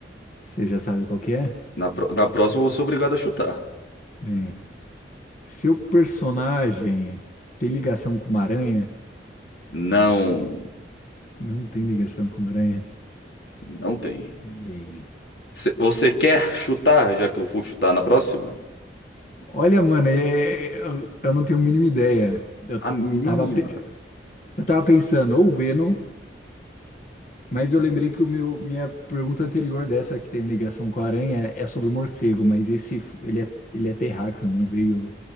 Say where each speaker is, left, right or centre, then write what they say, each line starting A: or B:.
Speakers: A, on the left; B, on the left.
A: Você já sabe qual que é?
B: Na, pró- na próxima eu vou ser obrigado a chutar.
A: Bem, seu personagem tem ligação com uma aranha?
B: Não,
A: Não tem ligação com uma aranha?
B: não tem.
A: Bem.
B: Cê- você quer chutar, já que eu for chutar na próxima?
A: Olha, mano, é- é, eu, eu não tenho a mínima ideia. Eu
B: A mínima.
A: tava, pe- eu tava pensando ou Venom Mas eu lembrei que o meu, minha pergunta anterior dessa que tem ligação com a aranha é é sobre o morcego, mas esse f- ele é, ele é terráqueo, não veio,